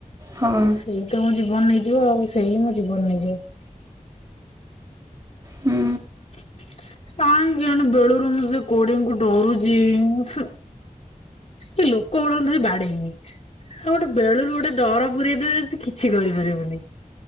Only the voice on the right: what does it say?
ହଁ ହଁ
ହୁଁ